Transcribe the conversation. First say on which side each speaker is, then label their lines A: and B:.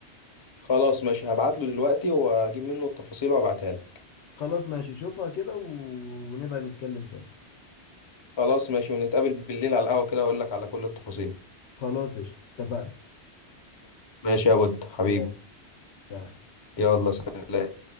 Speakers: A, on the left; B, on the left.
A: خلاص ماشي هبعت له دلوقتي واجيب منه التفاصيل وابعتها لك
B: خلاص ماشي شوفها كده و- ونبقى نتكلم تاني
A: خلاص ماشي ونتقابل بالليل على القهوة كده اقول لك على كل التفاصيل
B: خلاص قشطة اتفقنا
A: ماشي يا بود حبيبي
B: يلا سلام
A: يلا سلام